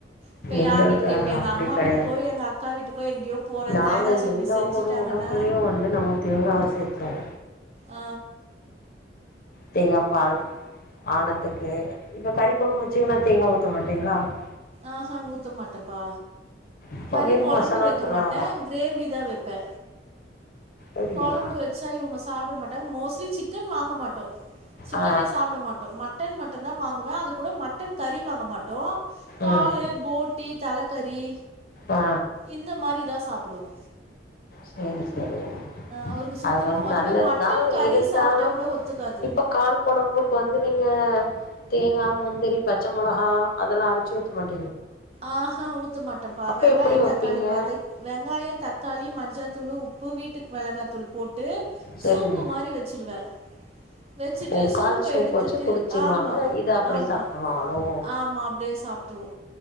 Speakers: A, on the right; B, on the left.
A: இப்ப
B: எங்களுக்கு
A: யார் வீட்டுக்கு இப்ப எங்க
B: அப்டி
A: அம்மா
B: கெடையாது
A: வீட்டுக்கோ எங்க அக்கா வீட்டுக்கோ எங்கேயோ போறே
B: நாங்க
A: தேங்கா சட்னி
B: எல்லா
A: செஞ்சுட்டாங்கன்னா
B: ஒரு உணவுலயு வந்து நாங்க தேங்காவ சேத்துருவோ
A: ஆ
B: தேங்காபால் ஆணத்துக்கு இப்ப கறி கொழும்ப் வச்சிங்கன்னா தேங்கா ஊத்த மாட்டீங்களா <unintelligible>
A: ஆஹ்ஹா ஊத்த மாட்டப்பா
B: இப்ப
A: கறி
B: வெறு
A: கொழம்பு
B: மசாலா
A: வைக்க
B: தூளாஹா
A: மாட்டே க்ரேவி தா வைப்பே
B: அப்டியா
A: கொழம்பு வச்சா இவங்க சாப்பிட மாட்டாங்க மோஸ்ட்லி சிக்கன் வாங்க மாட் த்து சிக்கனே
B: ஆ
A: சாப்பிட மாட்டோ மட்டன் மட்டு தா வாங்குவே அது கூட மட் மட்டன் கறி வாங்க மாட்டோ காலு
B: ம்
A: போட்டி தலக்கறி
B: ஆ
A: இந்த மாரி இதா சாப்பிடுவோ
B: சரி சரி
A: அவருக்கு சுத்தமாக
B: அது வந்து
A: அதுமாதிரி
B: நல்லதுதா
A: மட்டன் கறி
B: இருந்தாலு
A: சாப்பிட்டா கூட ஒத்துக்காது
B: இப்ப கால் கொழம்புக்கு வந்து நீங்க தேங்கா முந்தரி பச்ச மொளகா அதெல்லா அரச்சு ஊத்த மாட்
A: ஆ ஹ ஊத்த மாட்ட இப்ப
B: அப்ப
A: வெங்காயம்
B: எப்டி வப்பீங்க
A: தக்காளி வதக் வெங்காயம் தக்காளி ம மஞ்சாத்தூளு உப்பு வீட்டு மிளகாத்தூள் போட் ட்டு
B: சரிங்க
A: சூப்பு மாரி வச்சிருவே வச்சுட்டு
B: ஓ
A: சூப்ப
B: கால் சூப்
A: எடுத்துட்டு
B: வச்சு குடிச்சிருவாங்க
A: ஆமா
B: இத அப்டி
A: ஆமா
B: சாப்ட்ருவாங்களோ
A: ஆமா அப்டியே சாப்பிட்டுருவோ